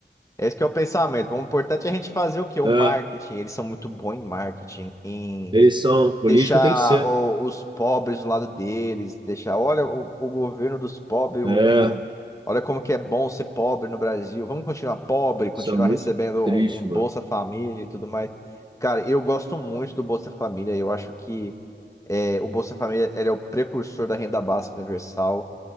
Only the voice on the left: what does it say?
Esse que é o pensamento. O importante é a gente fazer o quê? O
marketing. Eles são muito bons em marketing, em
deixar
o- os pobres do lado deles, deixar, olha, o, o governo dos pobres,
o, o- olha como que é bom ser pobre no Brasil. Vamos continuar pobre, continuar
recebendo
um, um Bolsa
Família e tudo mais. Cara, eu gosto muito do Bolsa Família. Eu acho que é, o Bolsa Família ele é o precursor da renda básica universal.